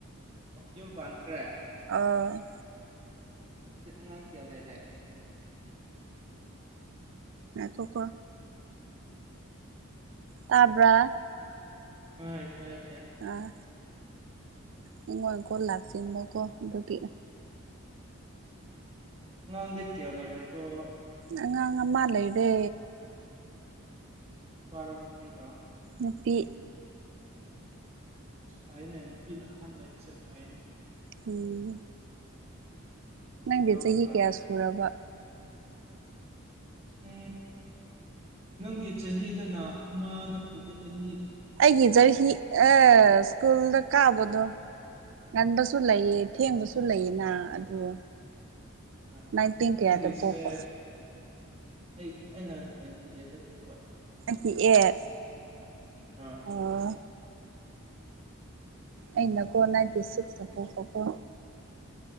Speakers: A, on the right; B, on the right.
A: ꯌꯨꯝ ꯄꯥꯟꯈ꯭ꯔꯦ
B: ꯑꯣ
A: ꯑꯗꯨꯗꯤ ꯑꯉꯥꯡ ꯀꯌꯥ ꯂꯩꯔꯦ
B: ꯉꯀꯣ ꯀꯣ ꯇꯥꯕ꯭ꯔ
A: ꯍꯣꯏ ꯍꯣꯏ ꯇꯥꯏ ꯇꯥꯏ
B: ꯑꯥ ꯍꯡꯉꯣꯟ ꯏꯀꯣ ꯂꯥꯛꯁꯤꯕꯀꯣ ꯑꯗꯨꯒꯤ
A: ꯉꯥꯡꯗꯤ ꯀꯌꯥ ꯂꯩꯔꯔꯕꯣ
B: ꯑꯉꯥꯡꯃ ꯂꯩ ꯏꯗꯦ
A: ꯋꯥꯔ ꯅꯨꯄꯤꯔꯣ
B: ꯅꯨꯄꯤ
A: ꯑ ꯐꯩꯅꯦ ꯅꯨꯄꯤꯅ ꯑꯍꯥꯟꯕ ꯍꯥꯏꯕꯁꯦ ꯐꯩꯅꯦ
B: ꯎꯝ ꯅꯪꯗꯤ
A: ꯗꯥꯎ
B: ꯆꯍꯤ
A: ꯐꯔꯦ
B: ꯀꯌꯥ ꯁꯨꯔꯕ
A: ꯎꯝ ꯅꯪꯗꯤ ꯆꯍꯤꯗꯅ ꯑꯃ ꯅꯠꯇ꯭ꯔꯗꯤ ꯑꯅꯤ
B: ꯑꯩꯒꯤꯖꯔꯍꯤ ꯑ ꯁꯀꯨꯜꯗ ꯀꯥꯕꯗꯣ ꯉꯟꯕꯁꯨ ꯂꯩꯌꯦ ꯊꯦꯡꯕꯁꯨ ꯂꯩꯌꯦꯅ ꯑꯗꯨ
A: ꯑꯥ
B: ꯅꯪ ꯇꯤ ꯀꯦꯗ
A: ꯑꯩꯒꯤꯁꯦ
B: ꯄꯄ
A: ꯑꯩ ꯑꯩꯅ ꯅꯥꯏꯟꯇꯤ ꯑꯩꯗꯠꯇ ꯊꯣꯛꯄ
B: ꯇꯤ ꯑꯦꯠ
A: ꯑꯥ
B: ꯑꯣ ꯑꯩꯅꯀꯣ ꯅꯥꯏꯟꯇꯤ ꯁꯤꯛꯁꯇ ꯄꯣꯛꯄꯀꯣ